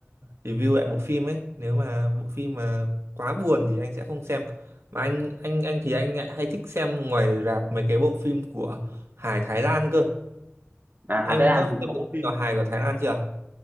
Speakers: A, on the right (about 70°); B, on the right (about 45°).
A: review lại bộ phim ấy nếu mà bộ phim mà quá buồn thì anh sẽ không xem mà anh anh anh thì anh lại hay thích xem ngoài rạp mấy cái bộ phim của hài Thái Lan cơ
B: à
A: em
B: Hà Thái Lan
A: có
B: thì
A: xem
B: có
A: bộ
B: bộ
A: phim
B: phim
A: nào hài của Thái Lan chưa